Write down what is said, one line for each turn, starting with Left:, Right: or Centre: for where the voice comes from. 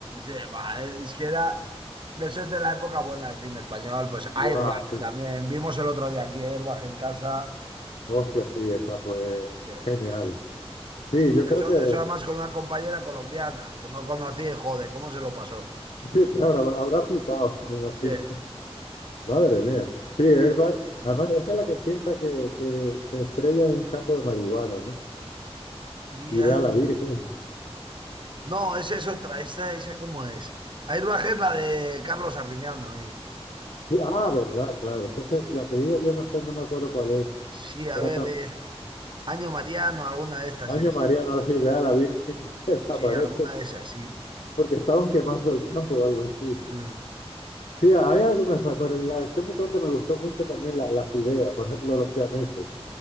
Right: Sí, va es que era, eso es de la época buena del cine español, pues
Left: <laughs>
Right: Airbag
Left: Guau, sí.
Right: también, vimos el otro día aquí Airbag en casa.
Left: Hostia, sí, esa fue
Right: Sí.
Left: genial. Sí,
Right: Sí,
Left: yo creo
Right: eso,
Left: que,
Right: eso además con una compañera colombiana, que no conocí, joder, ¿cómo se lo pasó?
Left: <laughs> claro, habrá, habrá flipado, <laughs> me imagino.
Right: Sí,
Left: Madre mía. Sí, Airbag, además esa es la que empieza que, que se estrella en un campo de marihuana, ¿no?
Right: y
Left: Y
Right: ahí...
Left: ve a la Virgen.
Right: No, esa es otra, esa, esa cómo es. Hay una que es la de Carlos Arguiñano, oye.
Left: Sí, ah, verdad, claro. Entonces,
Right: Sí,
Left: la que digo yo no sé, no me acuerdo cuál es.
Right: sí,
Left: que
Right: a
Left: era
Right: ver,
Left: tan
Right: eh, Año Mariano, alguna de estas
Left: año
Right: es.
Left: María, no sé si ve a la Virgen <laughs> que se le aparece,
Right: Sí, alguna de esas, sí.
Left: porque estaban quemando el campo o algo así.
Right: <laughs>
Left: Sí, hay algunas, más, pero en la acción mutante me gustó mucho también la- las ideas, por ejemplo, los siameses,